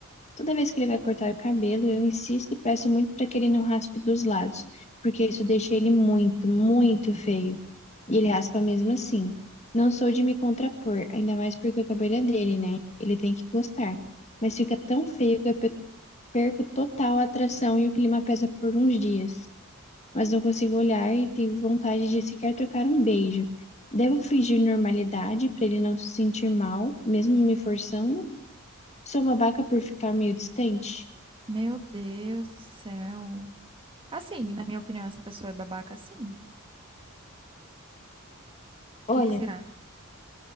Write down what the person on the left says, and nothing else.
Toda vez que ele vai cortar o cabelo, eu insisto e peço muito para que ele não raspe dos lados, porque isso deixa ele muito, muito feio. E ele raspa mesmo assim. Não sou de me contrapor, ainda mais porque o cabelo é dele, né? Ele tem que gostar. Mas fica tão feio que eu pe- perco total a atração e o clima pesa por uns dias. Mas não consigo olhar e tenho vontade de sequer trocar um beijo. Devo fingir normalidade para ele não se sentir mal, mesmo me forçando? Sou babaca por ficar meio distante?
Olha,